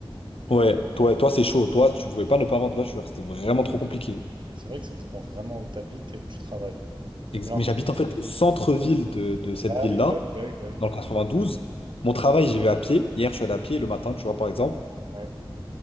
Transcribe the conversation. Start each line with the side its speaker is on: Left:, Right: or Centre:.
Left: Ouais, toi, toi, c'est chaud, toi, tu pouvais pas ne pas avoir de voiture, c'était vraiment trop compliqué.
Right: C'est vrai que ça dépend vraiment où tu habites et où tu travailles.
Left: Ex-
Right: Et en
Left: Mais
Right: plus-
Left: j'habite en fait au centre-ville de, de cette
Right: Ah
Left: ville-là.
Right: oui, bah oui, bah oui, bah oui.
Left: dans le 92. Mon travail, j'y vais à pied. Hier, je suis allé à pied le matin, tu vois, par exemple.
Right: Ouais.